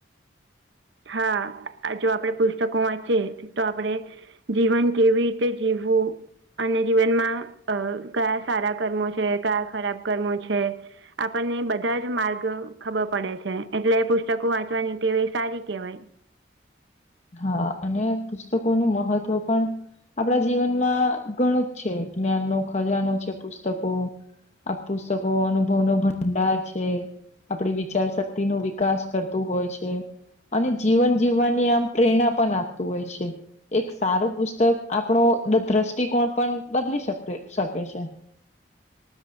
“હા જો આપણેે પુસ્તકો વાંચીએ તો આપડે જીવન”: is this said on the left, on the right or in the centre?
Right